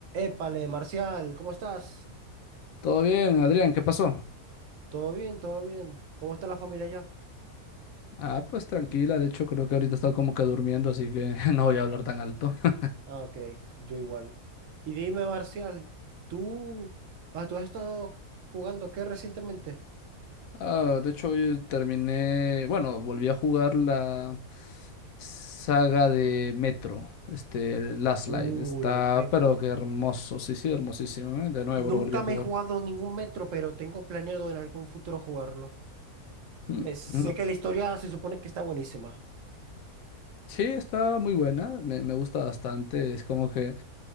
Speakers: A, on the right; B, on the left.
A: Épale, Marcial, ¿cómo estás?
B: Todo bien, Adrián, ¿qué pasó?
A: ¿Todo bien? ¿Todo bien? ¿Cómo está la familia ya?
B: Ah, pues tranquila, de hecho creo que ahorita está como que durmiendo, así que <laughs> no voy a hablar tan alto. <laughs>
A: Ah, ok, yo igual. Y dime, Marcial, ¿tú, ah, tú has estado jugando qué recientemente?
B: Ah, de hecho hoy terminé, bueno, volví a jugar la saga de Metro, este, el Last
A: Uh,
B: Light, está,
A: los metros.
B: pero qué hermoso, sí, sí, hermosísimo, ¿eh? De nuevo
A: Nunca
B: lo volví a
A: me
B: jugar.
A: he jugado ningún metro, pero tengo planeado en algún futuro jugarlo.
B: Mm,
A: Me- sé
B: mm.
A: que la historia se supone que está buenísima.
B: Sí, está muy buena, me, me gusta bastante, es como que